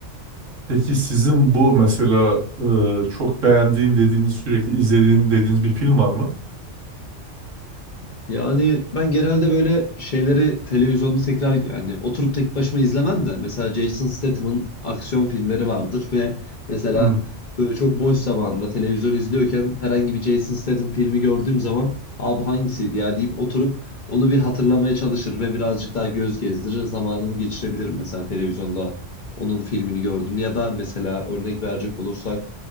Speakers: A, on the right; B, on the left.
A: Peki sizin bu mesela e, çok beğendiğim dediğiniz, sürekli izlediğim dediğiniz bir film var mı?
B: Yani ben genelde böyle şeyleri televizyonda tekrar yani oturup tek başıma izlemem de mesela Jason Statham'ın aksiyon filmleri vardır ve mesela
A: Hmm.
B: böyle çok boş zamanında televizyon izliyorken herhangi bir Jason Statham filmi gördüğüm zaman Aa bu hangisiydi ya deyip oturup onu bir hatırlamaya çalışır ve birazcık daha göz gezdirir zamanımı geçirebilirim mesela televizyonda onun filmini gördüğümde ya da mesela örnek verecek olursak